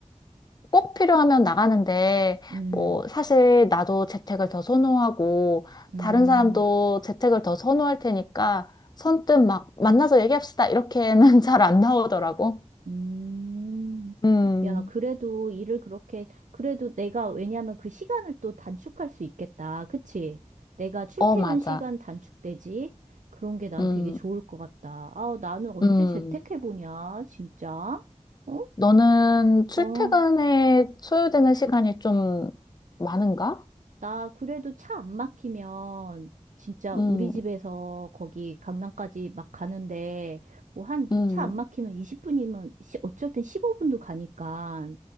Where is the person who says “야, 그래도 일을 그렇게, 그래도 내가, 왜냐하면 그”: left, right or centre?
Right